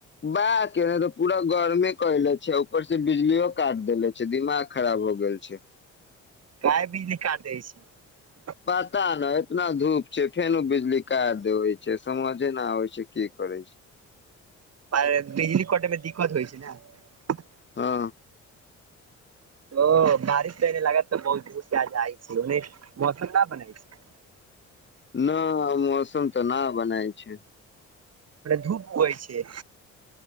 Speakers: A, on the left; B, on the right.
A: भक एने तऽ पूरा गर्मे कयले छै ऊपर से बिजलियो काट देेले छै दिमाग खराब हो गेल छै
B: काहे बिजली काट दै छै
A: पता नहि एतना धूप छै फेनु बिजली काट देवै छै समझे नहि आबै छै की करै छी
B: आ ए बिजली कटेमे दिक्कत होइ छै न
A: हँ
B: ओ बारिश तऽ एने लागैत तऽ बहुत जोड़ से आइ जाइ छै ओने मौसम न बनल छै
A: न मौसम तऽ न बनाय छै
B: पुरा धूप होयइ छै